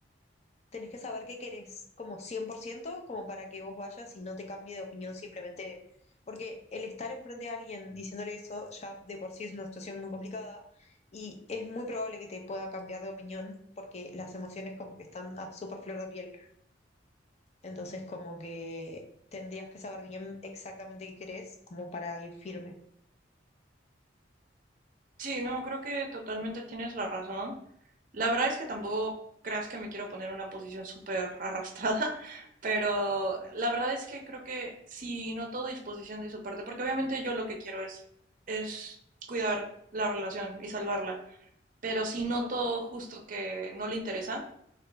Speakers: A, on the left; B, on the right.
A: tenés que saber qué querés, como cien por ciento como para que vos vayas y no te cambie de opinión simplemente, porque el estar enfrente de alguien diciéndole eso ya de por sí es una situación muy complicada y es muy probable que te pueda cambiar de opinión porque las emociones como que están a súper flor de piel. Entonces, como que tendrías que saber bien exactamente qué querés, como para ir firme.
B: Sí, no, creo que totalmente tienes la razón. La verdad es que tampoco creas que me quiero poner en una posición súper arrastrada, <laughs> pero la verdad es que creo que sí noto disposición de su parte, porque obviamente yo lo que quiero es, es cuidar la relación y salvarla, pero si noto
A: Claro,
B: justo que no le interesa,